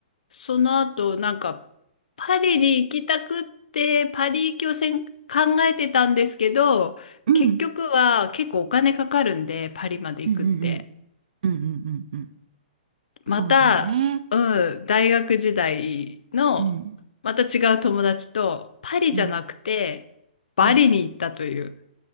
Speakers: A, on the left; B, on the right.
A: その後、なんか、パリに行きたくって、パリ行きをせん考えてたんですけど、
B: うん、
A: 結局は結構お金かかるんで、
B: うん、
A: パリまで行くって。
B: うん、うん、うん、うん、うんうん
A: また、
B: そうだよね。
A: うん、大学時代の、
B: うん、
A: また違う友達と、パリじゃなくて、
B: うん、
A: バリに行ったという。
B: うん。